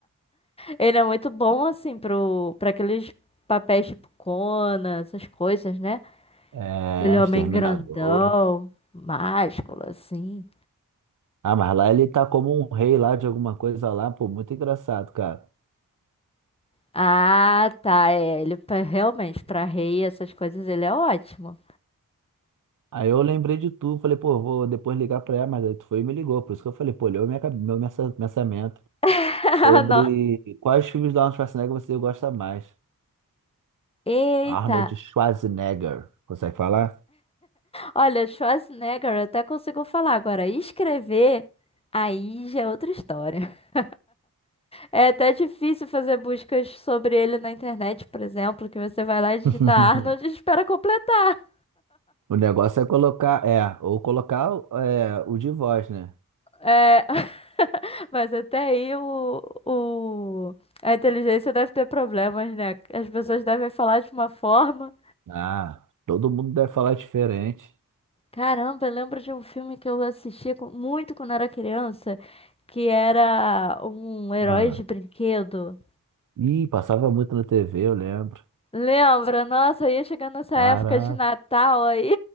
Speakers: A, on the left (about 15°); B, on the right (about 60°).
A: Ele é muito bom, assim, pro, pra aqueles papéis tipo Conan, essas coisas, né?
B: É,
A: Aquele homem
B: Exterminador.
A: grandão, másculo, assim.
B: Ah, mas lá ele tá como um rei lá de alguma coisa lá, pô, muito engraçado, cara.
A: Ah, tá, é, ele pra- realmente, pra rei, essas coisas, ele é ótimo.
B: Aí eu lembrei de tu, falei, pô, vou depois ligar pra ela, mas aí tu foi e me ligou, por isso que eu falei, pô, leu minha, cabe- meu mensa- pensamento
A: <laughs>
B: sobre
A: Nossa,
B: quais filmes do Arnold Schwarzenegger você gosta mais.
A: eita.
B: Arnold Schwarzenegger, consegue falar?
A: Olha, Schwarzenegger, eu até consigo falar agora. Escrever, aí já é outra história. <laughs> É até difícil fazer buscas sobre ele na internet, por exemplo, que você vai lá e digita
B: <laughs>
A: Arnold e espera completar.
B: O negócio é colocar, é, ou colocar é, o de voz, né?
A: É, <laughs> mas até aí o, o- a inteligência deve ter problemas, né? As pessoas devem falar de uma forma.
B: Ah, todo mundo deve falar diferente.
A: Caramba, eu lembro de um filme que eu assistia com- muito quando era criança, que era um herói
B: Ah.
A: de brinquedo.
B: Ih, passava muito na TV, eu lembro.
A: Lembra? Nossa, eu ia chegando nessa
B: Caraca.
A: época de Natal aí,